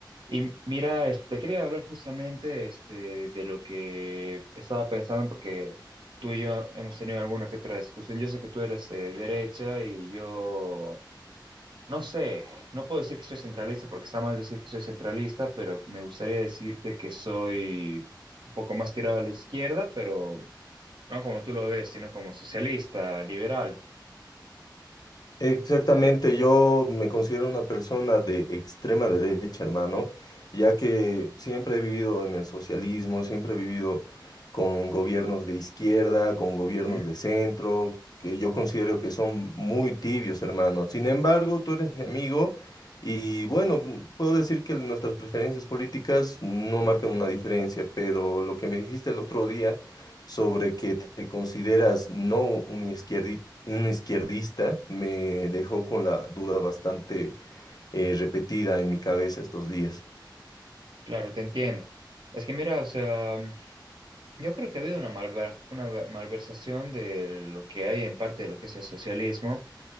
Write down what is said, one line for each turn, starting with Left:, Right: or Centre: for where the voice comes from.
Right: Y mira, este, te quería hablar justamente este, de lo que estaba pensando, porque tú y yo hemos tenido alguna que otra discusión. Yo sé que tú eres eh, derecha y yo, no sé, no puedo decir que soy centralista porque está mal decir que soy centralista, pero me gustaría decirte que soy un poco más tirado a la izquierda, pero no como tú lo ves, sino como socialista, liberal.
Left: Exactamente, yo me considero una persona de extrema derecha, hermano, ya que siempre he vivido en el socialismo, siempre he vivido con gobiernos de izquierda, con gobiernos
Right: Ujú.
Left: de centro, que yo considero que son muy tibios, hermano. Sin embargo, tú eres mi amigo y bueno, mm, puedo decir que nuestras preferencias políticas no marcan una diferencia, pero lo que me dijiste el otro día sobre que te consideras no un izquierdi- un izquierdista me dejó con la duda bastante eh, repetida en mi cabeza estos días.
Right: Claro, te entiendo. Es que mira, o sea... Yo creo que ha habido una, malver- una va- malversación de lo que hay en parte de lo que es el socialismo,